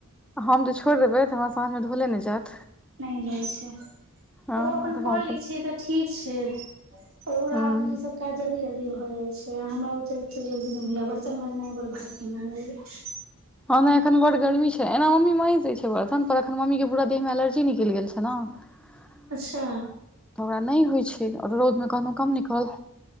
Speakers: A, in the centre; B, on the right.
A: हम जे छोड़देबै तऽ हमरा साँझमे धोले नहि जायत
B: नहि जाइत छै
A: हँ
B: ओ अपन
A: तऽ
B: कऽ
A: हम
B: लैत छै तऽ ठीक छै ओर
A: हूँ
B: आबनी ई सब काज जल्दी जल्दी जाइ छै हमरा उटे बर्तन मजनाय बर भारी हमरा ल
A: हँ नहि एखन बड गर्मी छै एना मम्मी महिि दैत छै बर्तन पर एखन मम्मीके पूरा देहमे एलर्जी निकैल गेल छै ने तऽ
B: अच्छा
A: ओकरा नहि होइ छै ओर रौदमे कहनो कम न कहल